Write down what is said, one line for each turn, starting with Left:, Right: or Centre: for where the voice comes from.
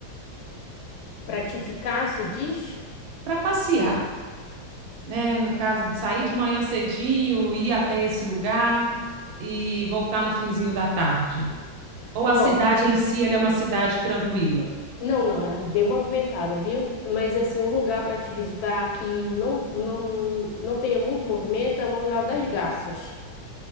Left: Para te ficar, se diz,
Right: para passear, né? No caso de sair de manhã cedinho, ir até esse lugar e voltar no finzinho da tarde. Ou
Left: ó,
Right: a cidade em si, ela é uma cidade tranquila?
Left: não, não, ela é bem movimentada, viu? Mas assim, um lugar para te visitar que não, não, não tenha muito movimento é o Mangá das Garças.